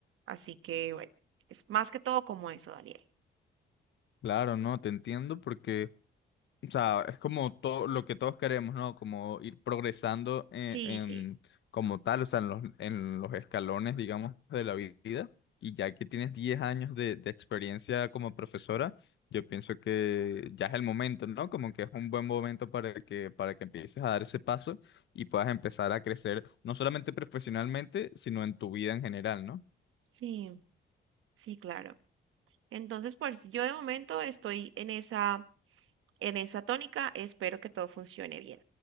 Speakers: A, on the right; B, on the left.
A: Así que, bueno, es más que todo como eso, Daniel.
B: Claro, no, te entiendo porque O sea, es como todo lo que todos queremos, ¿no? Como ir progresando en,
A: Sí,
B: en-
A: sí,
B: como tal, o sea, en los, en los escalones, digamos, de la vida. Y ya que tienes 10 años de, de experiencia como profesora, yo pienso que ya es el momento, ¿no? Como que es un buen momento para que, para que empieces a dar ese paso y puedas empezar a crecer, no solamente profesionalmente, sino en tu vida en general, ¿no?
A: sí, sí, claro. Entonces, pues yo de momento estoy en esa, en esa tónica, espero que todo funcione bien.